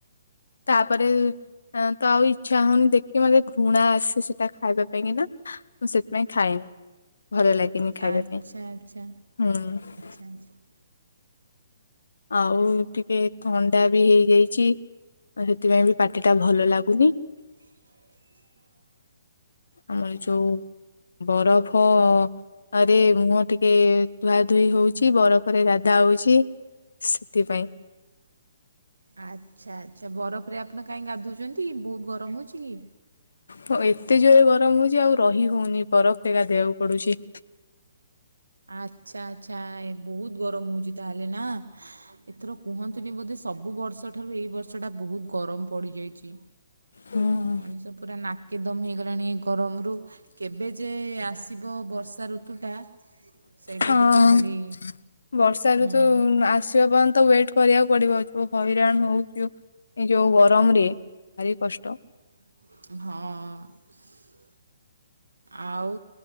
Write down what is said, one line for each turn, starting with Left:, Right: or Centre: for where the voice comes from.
Left: ତାପରେ ଏଁ ତ ଆଉ ଇ ଇଚ୍ଛା ହଉନି ଦେଖିକି ମତେ ଘୃଣା ଆସେ ସେଟା ଖାଇବା ପାଇଁ କି ନା ମୁଁ ସେଥିପାଇଁ ଖାଏନି। ଭଲ ଲାଗେନି ଖାଇବା
Right: ଆଚ୍ଛା
Left: ପାଇଁ
Right: ଆଚ୍ଛା
Left: ହୁଁ।
Right: <inaudible>
Left: ଆଉ ଟିକେ ଥଣ୍ଡା ବି ହେଇଯାଇଛି ଆଉ ସେଥିପାଇଁ ବି ପାଟି ଟା ଭଲ ଲାଗୁନି।
Right: <inaudible>
Left: ଆମର ଯୋଉ ବରଫ ରେ ମୁହଁ ଟିକେ ଧୁଆ ଧୋଇ ହଉଛି ବରଫରେ ଗାଧା ହଉଛି। ସେଥିପାଇଁ।
Right: ଆଚ୍ଛା ଆଚ୍ଛା ବରଫରେ ଆପଣ କାହିଁକି ଗାଧୋଉଛନ୍ତି ବହୁତ ଗରମ ହେଉଛି କି?
Left: ହଁ ଏତେ ଜୋରେ ଗରମ ହଉଛି ଆଉ ରହି ହଉନି ବରଫରେ ଗାଧେଇବାକୁ ପଡୁଛି।
Right: ଆଚ୍ଛା ଆଚ୍ଛା ଏ ବହୁତ ଗରମ ହଉଛିି ତାହେଲେ ନା ହାଁ ଏଥର କୁହନ୍ତ ନ୍ତୁନି ବୋଧେ ସବୁ ବର୍ଷଠାରୁ ଏଇ ବର୍ଷଟା ବହୁତ ଗରମ ପଡ଼ିଯାଇଛି।
Left: ହଁ।
Right: ମଣିଷ ପୁରା ନାକେ ଦମ ହେଇଗଲାଣି ଏ ଗରମରୁ। କେବେ ଯେ ଆସିବ ବର୍ଷା ଋତୁଟା। ସେଇଟା
Left: ହଁ
Right: ଟିକେ ଖାଲି
Left: ବର୍ଷା
Right: ହୁଁ
Left: ଋତୁ ଆସିବା ପର୍ଯ୍ୟନ୍ତ ୱେଟ୍ କରିବାକୁ ପଡିବ ଯୋଉ ହଇରାଣ ହଉଚୁ ଯୋଉ ଗରମରେ ଭାରି କଷ୍ଟ।
Right: ହଁ ଆଉ